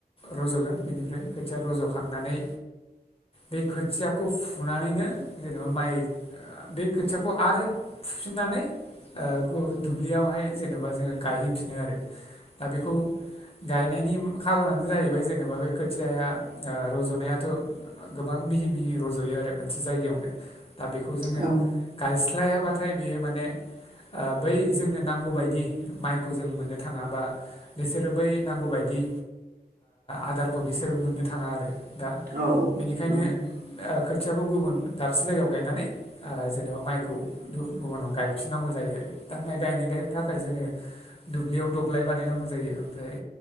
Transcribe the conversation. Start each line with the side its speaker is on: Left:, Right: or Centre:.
Left: रज'गोन बिनिफ्राय खोथिया रज'खांनानै बे खोथियाखौ फुनानैनो जेनेबा माइ बे खोथियाखौ आरो फुफिननानै ओ दुब्लियावहाय जेनेबा जोङो गायहैफिनो आरो दा बेखौ गायनायनि खारनानो जाहैबाय जेनेबा बे खोथियाया रज'नायाथ' गोबां मिहि मिहि रज'यो आरो मोनसे जायगायावनो दा बेखौ जोङो
Right: औ नंगौ औ
Left: गायस्लाय हाब्लाथाय बेयो माने बै जोंनो नांगौबायदि माइखौ जों मोननो थाङाबा बिसोरो बै नांगौबायदि आदारखौ बिसोरो मोननो थाङा आरो दा
Right: औ
Left: बेनिखायनो
Right: नंगौ
Left: खोथियाबो गुबुन दाबसे जायगायाव गायनानै ओ जेनेबा माइखौ गुबुनाव गायफिननांगौ जायो आरो दा माइ गायनाय थाखाय जोङो दुब्लियाव दब्लाय बानायनांगौ जायो ओमफ्राय